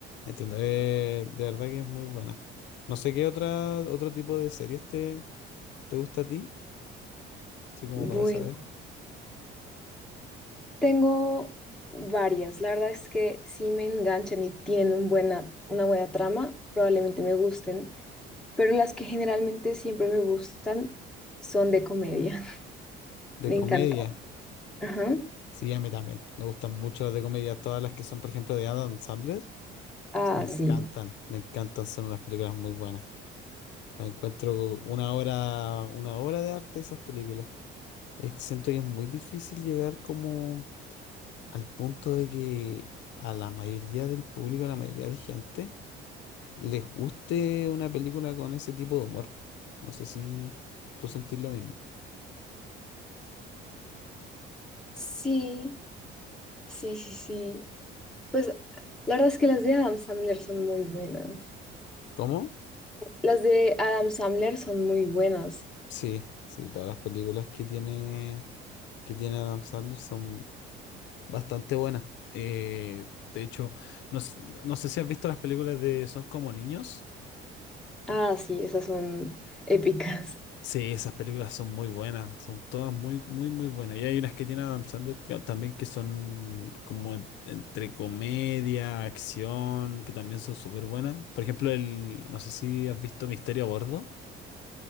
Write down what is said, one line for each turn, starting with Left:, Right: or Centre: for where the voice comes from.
Left: Entiendo. Eh, de verdad que es muy buena. No sé qué otra, otro tipo de series te, te gusta a ti, así como
Centre: Bueno,
Left: para saber.
Centre: tengo varias. La verdad es que si me enganchan y tienen un buena, una buena trama, probablemente me gusten, pero las que generalmente siempre me gustan son de comedia. <laughs>
Left: De
Centre: Me
Left: comedia.
Centre: encanta. Ajá.
Left: Sí, a mí también. Me gustan mucho las de comedia. Todas las que son, por ejemplo, de Adam Sandler.
Centre: Ah,
Left: Me encantan,
Centre: sí.
Left: me encantan. Son unas películas muy buenas. La encuentro una obra, una obra de arte esas películas. Es que siento que es muy difícil llegar como al punto de que a la mayoría del público, a la mayoría de gente, les guste una película con ese tipo de humor. No sé si tú sentís lo mismo.
Centre: Sí, sí, sí, sí. Pues la verdad es que las de Adam Sandler son muy buenas.
Left: ¿Cómo?
Centre: Las de Adam Sandler son muy buenas.
Left: Sí, sí, todas las películas que tiene, que tiene Adam Sandler son bastante buena. Eh, de hecho, no, s- no sé si has visto las películas de Son como niños.
Centre: Ah, sí, esas son épicas.
Left: Sí, esas películas son muy buenas, son todas muy, muy, muy buenas. Y hay unas que tiene Adam Sandler que- también que son como en- entre comedia, acción, que también son súper buenas. Por ejemplo, el, no sé si has visto Misterio a Bordo.